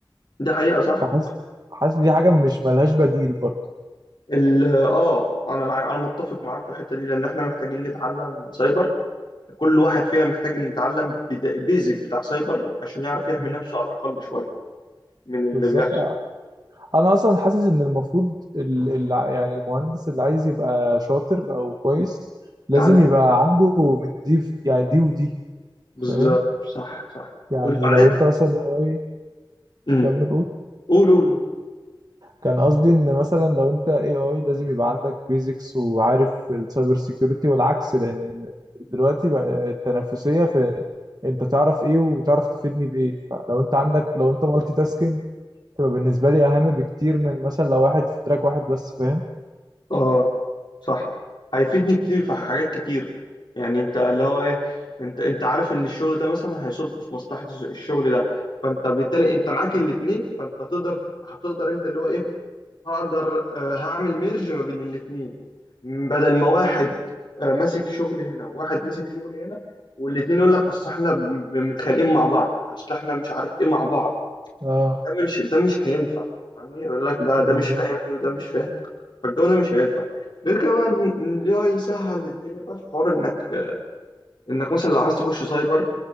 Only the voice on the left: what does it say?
دي حقيقة صح
ال- اه انا معاك انا متفق معاك في الحته دي لان احنا محتاجين نتعلم سايبر كل واحد فينا محتاج إن يتعلم بيزك بتاع سايبر عشان يعرف يحمي
نفسه على الأقل شوية من اللي
بيحصل
يتعلم
بالظبط
صح صح
وبعدين
امم
قول قول
اه صح هيفيدني كتير في حاجات كتير يعني انت اللي هو ايه انت انت عارف ان الشغل ده مثلا هيصب في مصلحة الشغل ده فانت بالتالي انت معاك الاتنين فانت تقدر هتقدر انت اللي هو ايه هقدر آه، هعمل ميرج ما بين الاتنين م- بدل ما واحد آه، ماسك شغل هنا وواحد ماسك شغل هنا والاتنين يقول لك اصل احنا ب- ب- متخانقين مع بعض اصل احنا مش عارف ايه مع بعض
ده مش ده مش هينفع فاهمني يقول لك ده
ده مش فاهمني وده مش فاهم فالجو ده مش هينفع غير كده بقى إن- إن ال AI يسهل الدنيا بقى في حوار انك آه، انك مثلا لو عايز تخش سايبر